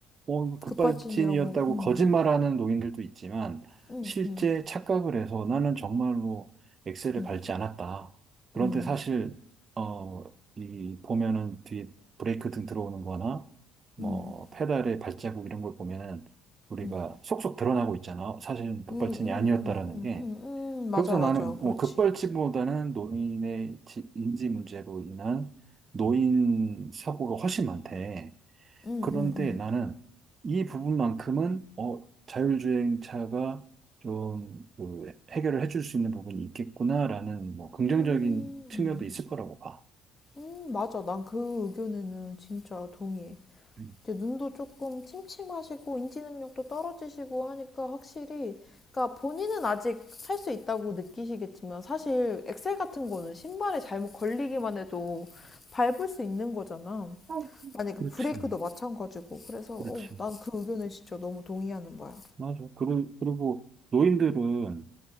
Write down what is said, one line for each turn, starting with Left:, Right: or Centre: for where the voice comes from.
Right: 어 급발진이었다고
Left: 급발진이라고. 음,
Right: 거짓말하는 노인들도 있지만
Left: 음,
Right: 실제
Left: 음,
Right: 착각을 해서 나는 정말로 엑셀을
Left: 음.
Right: 밟지 않았다. 그런데
Left: 음,
Right: 사실 어, 이 보면은 뒤에 브레이크 등 들어오는 거나 뭐
Left: 음,
Right: 페달의 발자국 이런 걸 보면은 우리가
Left: 음,
Right: 속속 드러나고 있잖아. 사실은 급발진이
Left: 음, 음,
Right: 아니었다라는
Left: 음, 음,
Right: 게.
Left: 음, 음, 맞아,
Right: 그래서
Left: 맞아,
Right: 나는 뭐
Left: 그렇지.
Right: 급발진보다는 노인의 지- 인지 문제로 인한 노인 사고가 훨씬 많대.
Left: 음,
Right: 그런데
Left: 음, 음,
Right: 나는 이 부분만큼은 어, 자율주행차가 좀그 해결을 해줄 수 있는 부분이 있겠구나라는 뭐 긍정적인
Left: 음,
Right: 측면도 있을 거라고 봐.
Left: 음, 맞아. 난 그 의견에는 진짜 동의해.
Right: 음.
Left: 이제 눈도 조금 침침하시고 인지 능력도 떨어지시고 하니까 확실히, 그러니까 본인은 아직 할 수 있다고 느끼시겠지만 사실 엑셀 같은 거는 신발에 잘못 걸리기만 해도 밟을 수 있는 거잖아.
Right: 어, 그-
Left: 만약에
Right: 그렇지,
Left: 브레이크도 마찬가지고. 그래서,
Right: 그렇지.
Left: 어, 난 그 의견에 진짜 너무 동의하는 거야.
Right: 맞아. 그리고, 그리고 노인들은